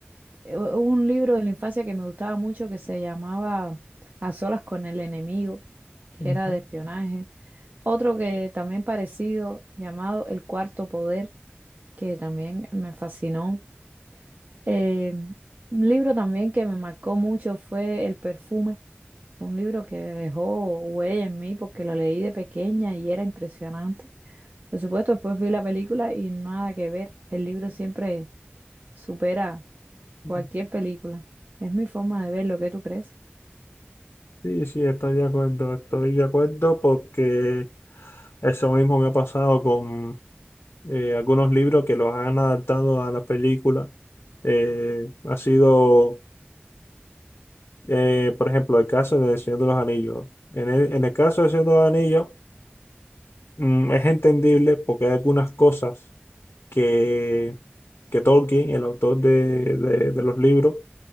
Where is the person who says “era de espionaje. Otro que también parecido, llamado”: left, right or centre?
Right